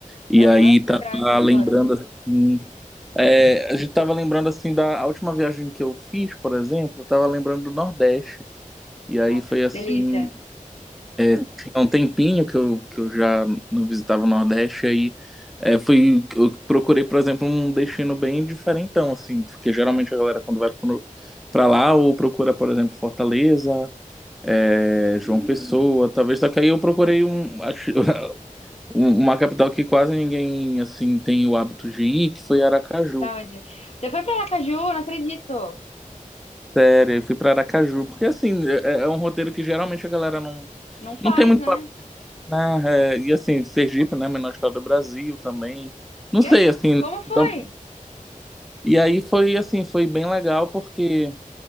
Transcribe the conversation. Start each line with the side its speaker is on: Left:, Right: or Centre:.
Centre: E
Left: aham.
Centre: aí tava
Left: E pra onde vocês
Centre: lembrando
Left: foram?
Centre: assim, é, a gente tava lembrando assim da a última viagem que eu fiz, por exemplo, eu tava lembrando do Nordeste. E aí
Left: Nossa,
Centre: foi
Left: que
Centre: assim,
Left: delícia.
Centre: tinha um tempinho que eu, que eu já não visitava o Nordeste, aí é, fui, eu procurei, por exemplo, um destino bem diferentão, assim, porque geralmente a galera quando vai pro, pra lá, ou procura, por exemplo, Fortaleza, é, João Pessoa, talvez, só que aí eu procurei um, ach- <laughs> um- uma capital que quase ninguém, assim, tem o hábito de ir, que foi Aracaju.
Left: Pra onde? Você foi pra Aracaju? Não acredito.
Centre: Sério, eu fui pra Aracaju, porque assim, é, é um roteiro que geralmente a galera não,
Left: Não faz,
Centre: não tem muito
Left: né?
Centre: né? É, e assim, Sergipe, né? Menor estado do Brasil também. Não
Left: E
Centre: sei,
Left: aí,
Centre: assim.
Left: como foi?
Centre: dam- E aí foi assim, foi bem legal porque